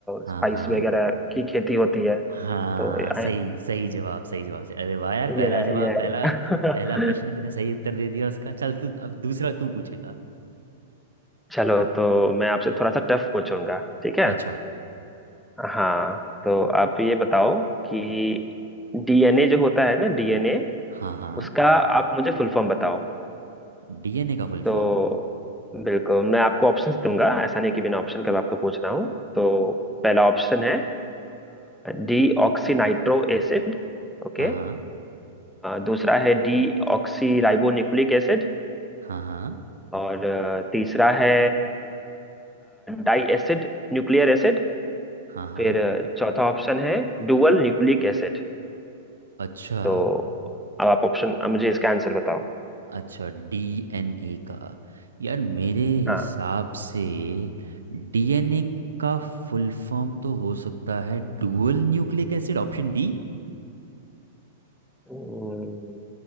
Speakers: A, on the right; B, in the centre.
A: हाँ
B: स्पाइस
A: हाँ
B: वगैरह की खेती होती है
A: हाँ
B: तो ये
A: सही सही जवाब सही जवाब अरे वाह यार
B: ये
A: पहला जवाब पहला
B: <laughs>
A: पहला प्रश्न तूने सही उत्तर दे दिया उसका चल तू अब दूसरा तू पूछेगा
B: चलो तो मैं आपसे थोड़ा सा टफ पूछूंगा ठीक है
A: अच्छा
B: हाँ तो आप ये बताओ कि डीएनए जो होता है ना डीएनए
A: हाँ हाँ
B: उसका आप मुझे फुल फॉर्म बताओ
A: डीएनए का फुल
B: तो
A: फॉर्म
B: बिल्कुल मैं आपको ऑप्शंस दूंगा ऐसा नहीं कि बिना ऑप्शन के मैं आपको पूछ रहा हूँ तो पहला ऑप्शन है D oxy nitro acid Okay
A: हाँ हाँ
B: दूसरा है D oxy ribo nucleic acid
A: हाँ हाँ
B: और अ, तीसरा है डाई एसिड न्यूक्लियर एसिड
A: हाँ हाँ
B: फिर अ, चौथा ऑप्शन है डुअल न्यूक्लिक एसिड
A: अच्छा
B: तो अब आप ऑप्शन मुझे इसका आंसर बताओ
A: अच्छा डीएनए का यार मेरे हिसाब
B: हाँ
A: से डीएनए का फुल फॉर्म तो हो सकता है dual nucleic acid option D
B: हम्म,